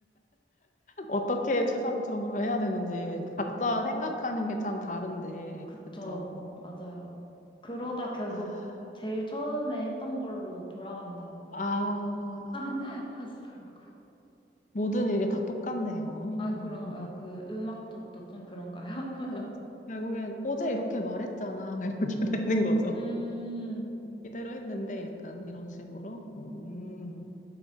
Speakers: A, on the left; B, on the left.
A: 어떻게 추상적으로 해야 되는지 각자 생각하는 게 참 다른데,
B: 그쵸.
A: 그쵸?
B: 맞아요. 그러다 결국
A: 아,
B: 제일 처음에 했던 걸로 돌아간다고
A: 아,
B: <laughs> 하시더라고요.
A: 모든 일이 다 똑같네요.
B: 아, 그런가요?
A: <laughs>
B: 그 음악 쪽도 좀 그런가요? <laughs>
A: 그렇죠. 결국엔 어제 이렇게 말했잖아. <laughs> 이렇게 되는 거죠.
B: 음,
A: 이대로 했는데 약간 이런 식으로. 음,
B: 음,